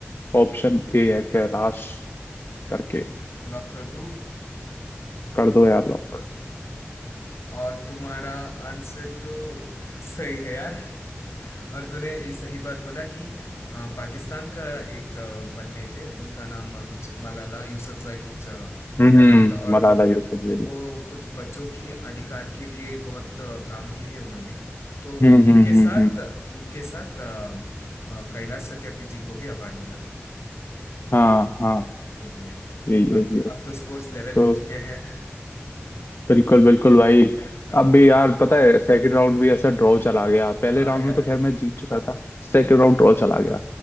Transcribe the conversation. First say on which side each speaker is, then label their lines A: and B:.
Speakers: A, on the left; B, on the left.
A: ऑप्शन ए है कैलाश करके
B: लॉक कर दो
A: कर दो यार लॉक
B: और तुम्हारा आंसर तो सही है यार <laughs> और तूने ये सही बात बोला कि अ, पाकिस्तान का एक अ, बंदे थे उनका नाम अ, कुछ मलाला यूसुफजई कुछ अ, उनका
A: हम्म
B: नाम था और
A: मलाला
B: वो,
A: यूसुफजई
B: वो कुछ बच्चों की अधिकार के लिए बहुत अ, काम किए है उन्होंने तो
A: हम्म
B: इनके
A: हम्म
B: साथ
A: हम्म हम्म
B: इनके साथ अ, अ, कैलाश सत्यार्थी जी को भी अवार्ड मिला था
A: हाँ हाँ
B: बिल्कुल यार
A: यही है
B: अब
A: ये
B: अब तो स्कोर्स लेवल
A: तो
B: हो चुके हैं <laughs>
A: बिल्कुल बिल्कुल भाई
B: हाँ
A: अब भी यार पता है सेकंड राउंड भी ऐसा ड्रॉ चला गया पहले
B: हाँ
A: राउंड
B: यार
A: में तो खैर मैं जीत चुका था
B: <laughs>
A: सेकंड राउंड ड्रॉ चला गया
B: <laughs>